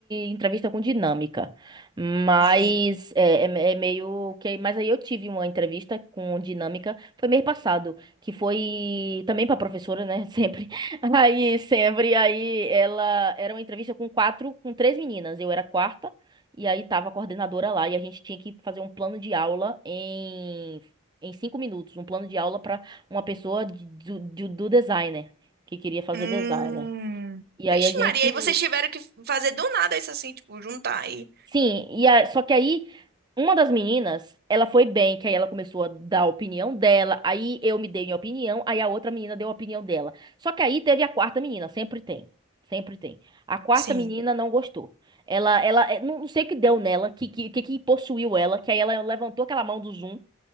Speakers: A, on the right; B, on the right.
A: entrevista com dinâmica, mas
B: Ai.
A: é, é, me- é meio que. Mas aí eu tive uma entrevista com dinâmica, foi mês passado, que foi também pra professora, né? <laughs> Sempre. Aí, sempre. Aí ela era uma entrevista com quatro, com três meninas, eu era a quarta, e aí tava a coordenadora lá, e a gente tinha que fazer um plano de aula em, em cinco minutos, um plano de aula pra uma pessoa de- do, do do designer, que queria fazer
B: Hum.
A: designer. E
B: Vixe,
A: aí a gente.
B: Maria, aí vocês tiveram que fazer do nada isso assim, tipo, juntar aí.
A: Sim, e a- só que aí uma das meninas, ela foi bem, que aí ela começou a dar a opinião dela, aí eu me dei minha opinião, aí a outra menina deu a opinião dela. Só que aí teve a quarta menina, sempre tem. Sempre tem. A quarta
B: Sim.
A: menina não gostou. Ela, ela, eh, não não sei o que deu nela, que, que, que que possuiu ela, que aí ela levantou aquela mão do Zoom